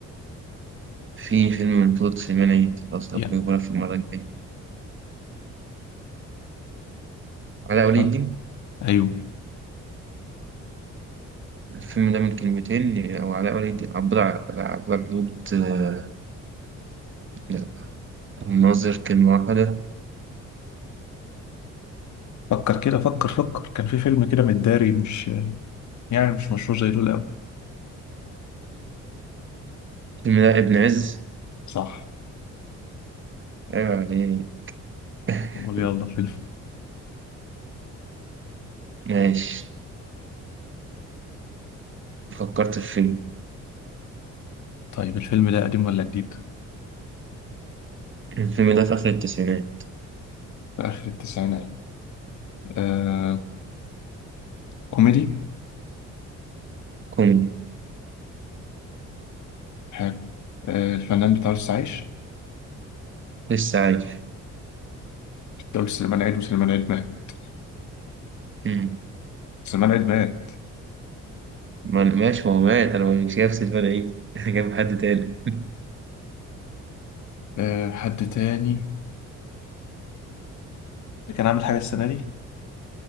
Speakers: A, on the right; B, on the left.
A: في فيلم من بطولة سليمان عيد، خلاص
B: يعني
A: أبو يقولها في المرة الجاية علاء ولي
B: لا
A: الدين
B: أيوه
A: الفيلم ده من كلمتين أو علاء ولي الدين عبد الع- عبد الحدود آه، لا، الناظر كلمة واحدة
B: فكر كده فكر فكر كان في فيلم كده متداري مش يعني مش مشهور زي دول أوي
A: الفيلم ده ابن عز
B: صح
A: أيوة عليه <laughs>
B: قول يلا فيلم
A: ماشي فكرت في فيلم
B: طيب الفيلم ده قديم ولا جديد؟
A: الفيلم ده في آخر التسعينات
B: في آخر التسعينات آه كوميدي
A: كوميدي
B: حلو آه الفنان بتاع عايش
A: لسه عايش
B: ده قلت سليمان عيد وسليمان عيد مات
A: مم.
B: سليمان عيد مات
A: ما- ماشي ما هو مات أنا مش نفس الفرق إيه جاب <laughs> حد تاني <laughs>
B: آه حد تاني اللي كان عامل حاجة السنة دي